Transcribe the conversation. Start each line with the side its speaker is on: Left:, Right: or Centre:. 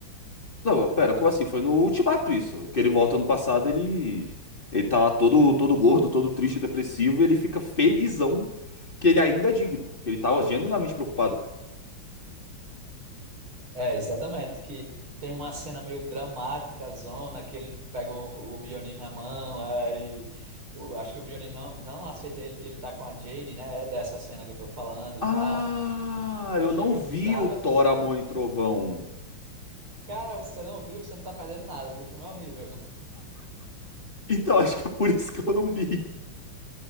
Left: Não, pera, como assim? Foi no Ultimato isso. Que ele volta no passado, ele. Ele tá lá todo, todo gordo, todo triste, e depressivo, e ele fica felizão que ele ainda é digno. Que ele tava genuinamente preocupado.
Right: É, exatamente, que tem uma cena meio dramática, zona, que ele pega o, o Mjolnir na mão, aí o- acho que o Mjolnir não, não aceita ele que ele tá com a Jane, né? É dessa cena que eu tô falando e
Left: Ah,
Right: tal. Eu
Left: eu
Right: achei
Left: não
Right: meio
Left: vi
Right: bizarro
Left: o Thor,
Right: essa cena.
Left: Amor e Trovão.
Right: Cara, você não viu, você não tá perdendo nada, que o filme é horrível.
Left: Então acho que é por isso que eu não vi.